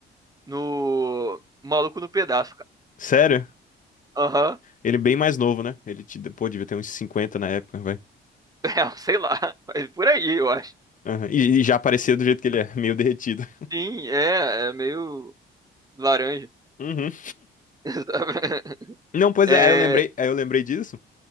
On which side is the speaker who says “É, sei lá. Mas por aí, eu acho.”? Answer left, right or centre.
Right